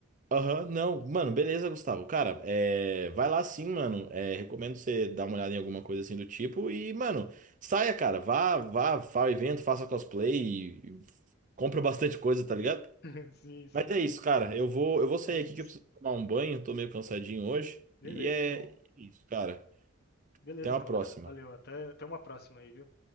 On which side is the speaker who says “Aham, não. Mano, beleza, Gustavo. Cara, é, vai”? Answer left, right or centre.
Right